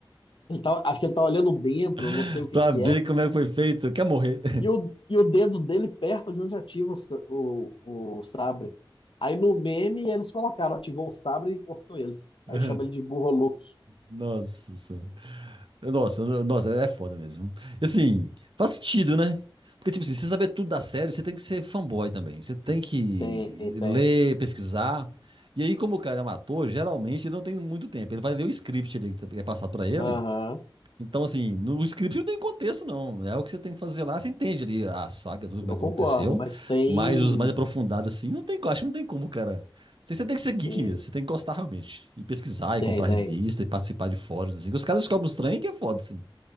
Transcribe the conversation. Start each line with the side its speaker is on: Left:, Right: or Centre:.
Left: Ele tá, acho que ele tá olhando dentro,
Right: <laughs>
Left: não sei o que
Right: Pra
Left: que
Right: ver
Left: é.
Right: como é que foi feito. Quer morrer?
Left: E o, e o dedo dele perto de onde ativa o, sa- o, o sabre. Aí no meme eles colocaram, ativou o sabre e cortou ele.
Right: <laughs>
Left: Aí chama ele de burro Luke.
Right: Nossa senhora. Nossa, nossa, é foda mesmo. E Assim, faz sentido, né? Porque, tipo assim, você saber tudo da série, você tem que ser fanboy também. Você tem que
Left: Tem, tem.
Right: ler, pesquisar. E aí, como o cara é um ator, geralmente ele não tem muito tempo. Ele vai ler o script ali que é passado pra ele.
Left: Aham,
Right: Então, assim, no script não tem contexto, não. É o que você tem que fazer lá, você entende ali a saga, tudo como
Left: eu
Right: é que
Left: concordo,
Right: aconteceu.
Left: mas tem.
Right: Mas os mais aprofundados, assim, não tem, eu acho que não tem como, cara. Você você tem que ser
Left: Sim,
Right: geek mesmo, você tem que gostar realmente. E pesquisar,
Left: tem,
Right: e comprar
Left: tem.
Right: revista, e participar de fóruns, assim. que Os caras descobrem os trem que é foda, assim.